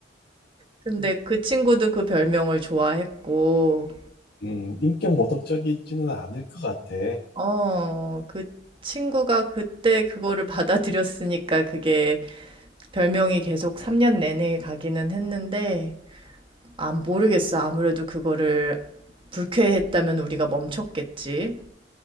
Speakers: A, on the right; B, on the left.
A: 근데 그 친구도 그 별명을 좋아했고,
B: 음, 인격 모독적이지는 않을 것 같아.
A: 어, 그 친구가 그때 그거를 받아들였으니까 그게 별명이 계속 3년 내내 가기는 했는데, 아, 모르겠어. 아무래도 그거를 불쾌했다면 우리가 멈췄겠지.